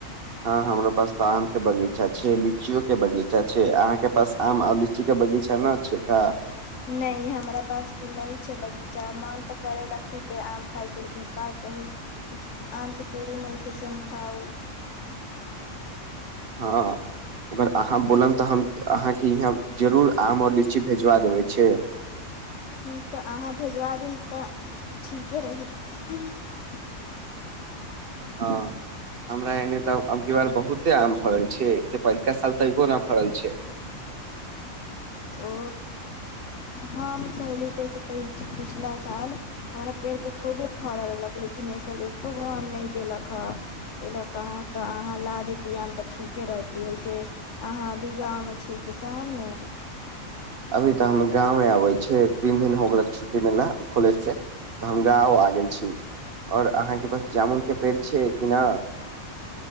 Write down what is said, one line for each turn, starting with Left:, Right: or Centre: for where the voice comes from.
Right: ह हमरा पास तऽ आम के बगीचा छै लीचियो के बगीचा छै अहा के पास आम औ लीचि लिचीक बगीचा न छै का
Left: नहि हमरा पास त नहि छै बगीचा मन तऽ करे ला खूबे आम खायके का कहू आमके पेरे नहि छै से हम खाउ
Right: हँ अगर अहाँ बोलब तऽ हम अहाँके यहाँ सऽ जरूर आम और लीची भेजवा देबे छै
Left: हँ तऽ अहाँ भेजवा दब तऽ ठीके रहित हँ <unintelligible>
Right: हँ हमरा एने तऽ अबकी बार बहुते आम फड़ल छै से पहिलका साल एको नऽ फड़ल छै
Left: ओ हम कहली तैसे पिछला साल <unintelligible> हमरा पेड़ पे खूबे फड़ल रहल लेकिन इसब एको गो आम नहि देलख हँ एहि लोकेऽत अहाँके अहाँ ला देते आमे तऽ ठीके रहत ओहिसे आहाँ अभी गाँवमे छीय कि शहर मऽ
Right: अभी तऽ हम गाँव आबै छिय तीन दिन हो गेल छुट्टी मिलला कॉलेज से तऽ हम गाँव आ गेल छी और आहाँके पास जामुन कऽ पेड़ छियै कि नऽ